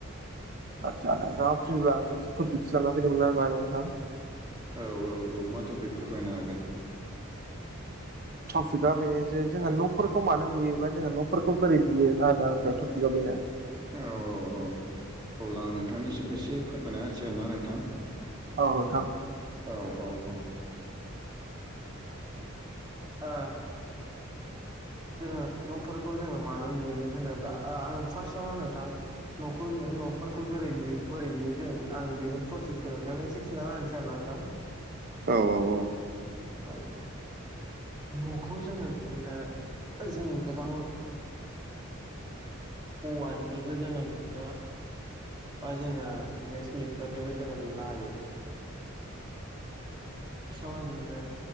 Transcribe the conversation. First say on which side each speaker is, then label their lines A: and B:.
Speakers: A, on the right; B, on the right.
A: आदसा नोंथाङा फ्रिब्ला आ मोनसे टपिक्स लानानै फैदोंमोन ना नोंथां
B: औ औ औ माथ' बे फोरमायनो हागोन।
A: टपिकआ
B: औ
A: बेनो जे जोङो न'फोरखौ मानो लुयोबा जोङो न'फोरखौ बोरै लुयो आरो ना टपिकआ बेनो
B: औ औ औ अब्ला आं नोंथांनिसिम एसे फोरमायना होनोसै आरोना नोंथां।
A: औ नोंथां।
B: औ औ औ ओ जोङो न'फोरखौ जोङो मानो लुयो होनोब्ला ओ आं फार्स्टआवनो नोंथां न'खौ न'फोरखौ जोरै लु बोरै लुयै जोङो आं बेनि प्रसेसखौ नोंथांनो एसे खिन्थाना होनोसै आरो ना नोंथां।
A: औ औ औ <inaudible>
B: औ न'खौ जोङो बिदिनो जोङो गोबां ओ औवानिबो जोङो लुनो बा जोङो बिदिनो सिमेन्टफोरनिबो जोङो लुनो हायो। स' बिदिनो